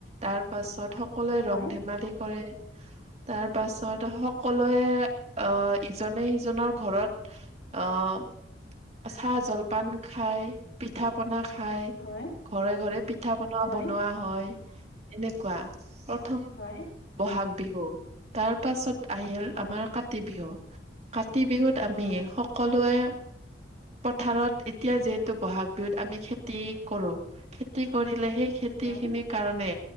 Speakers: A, on the right (about 35°); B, on the left (about 70°).
A: তাৰ পাছত সকলোৱে
B: হয়
A: ৰং ধেমালি কৰে
B: <inaudible>
A: তাৰ পাছত সকলোৱে আহ ইজনে সিজনৰ ঘৰত আহ
B: <inaudible>
A: চাহ জল পান খায় পিঠা পনা খাই
B: হয়
A: ঘৰে ঘৰে পিঠা পনা
B: হয়
A: বনোৱা হয়। এনেকুৱা প্ৰথম
B: হয় হয়
A: বহাগ বিহু তাৰ পাছত আহিল
B: হয়
A: আমাৰ কাতি বিহু কাতি বিহুত আমি
B: হয়,
A: সকলোৱে পথাৰত এতিয়া যিহেতু বহাগ বিহুত আমি খেতি কৰো খেতি কৰি। সেই খেতি
B: হয়,
A: খিনিৰ কাৰণে